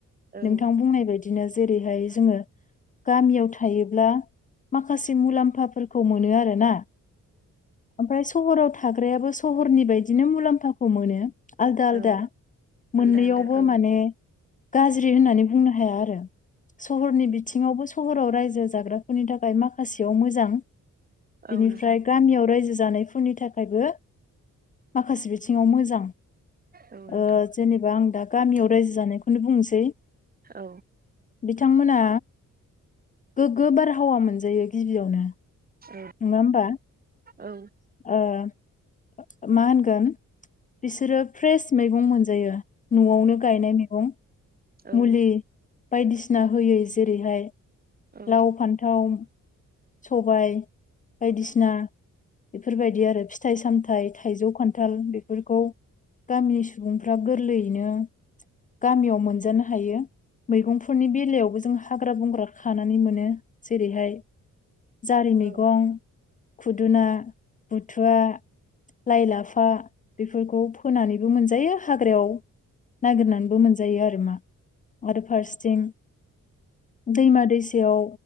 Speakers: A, on the right (about 30°); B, on the left (about 25°).
A: औ
B: नोंथां बुंनाय बायदि बिदिनो जेरैहाय जोङो गामियाव थ थायोब्ला माखासे मुलाम्फाफोरखौ मोनो आरोना ओमफ्राय सहराव था थाग्रायाबो सहरनि बायदिनो मुलाम्फाखौ मोनो आलदा आलदा
A: औ
B: मोननैयावबो
A: आलदा आलदा औ
B: माने गाज्रि होननानै बुं बुंनो हाया आरो सहरनि बिथिङावबो सहराव रायजो जाग्राफोरनि थाखाय माखासेयाव मोजां
A: औ
B: बिनिफ्राय
A: नोंथां
B: गामियाव रायजो ज जानायफोरनि थाखायबो माखासे बिथिङाव मोजां
A: औ नोंथां
B: ओ जेनेबा आं दा गामियाव रायजो जानायखौनो बुंनोसै
A: औ
B: बिथांमोना गोग्गो बारहावा मोनजायो गिबियावनो
A: औ
B: नङा होमबा?
A: औ
B: औ। <inaudible> मा होनगोन बिसोरो फ्रेस मैगं मोन जायो। न'आवनो गायनाय मैगं
A: औ
B: मुलि बायदिसिना होयै जेरैहाय
A: औ
B: लाव फान्थाव सबाय बायदिसिना बेफोरबायदि आरो फिथाइ सामथाइ ओमफ्राय थाइजौ खान्थाल बेफोरखौ गामिनि सुबुंफ्रा गोरलैयैनो गामियाव मोनजानो हायो। मैगंफोरनि बेलायाव जों हाग्रा बंग्रा खानानै मोनो जेरैहाय जारि मैगं
A: औ
B: खुदुना बुथुवा लाइ लाफा बेफोरखौ फोनानैबो मोनजायो। हाग्रायाव नागिरनानैबो मोनजायो आरो मा आरो फारसेथिं दैमा दैसायाव